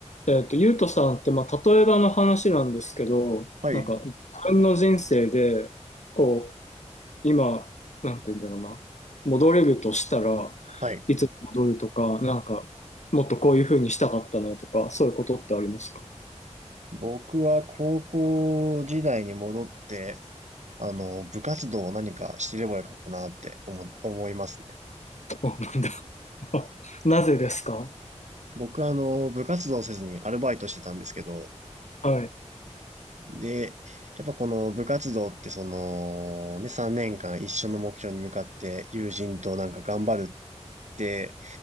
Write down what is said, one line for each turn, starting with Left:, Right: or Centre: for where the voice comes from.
Left: えっと、ゆうとさんって、まあ、例えばの話なんですけど、
Right: はい、
Left: なんか、自分の人生で、こう、今、なんて言うんだろうな、戻れるとしたら
Right: はい。
Left: いつ戻るとか、なんか、もっとこういうふうにしたかったなとか、そういうことってありますか
Right: 僕は高校時代に戻って、あの、部活動を何かしてればよかったなって思、思いますね。
Left: そうなんだ。<laughs> なぜですか
Right: 僕はあの、部活動せずにアルバイトしてたんですけど、
Left: はい、
Right: で、やっぱこの部活動ってその、ね、3年間一緒の目標に向かって友人となんか頑張るって、